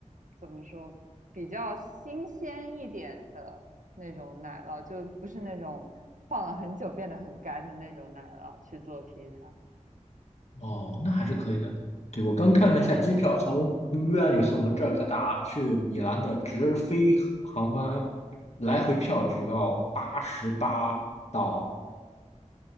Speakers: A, on the right (about 80°); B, on the left (about 60°).
A: 怎么说，比较新鲜一点的那种奶酪，就不是那种放了很久变得很干的那种奶酪去做披萨，
B: 哦，那还是可以的。对，我刚看了一下机票，从维也纽斯我们这儿各大去米兰的直飞航班，来回票只要八十八到